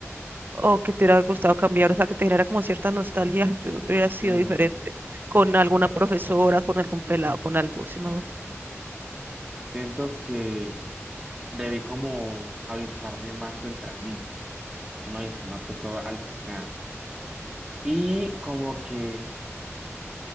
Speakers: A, on the right; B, on the right.
A: o que te hubiera gustado cambiar, o sea, que te genera como cierta nostalgia, yo hubiera sido
B: Mm,
A: diferente con alguna profesora, con algún pelado, con algo, si me hago entender?
B: siento que debí como avisparme más tempranito. Yo me avispé más que todo al final. Y como que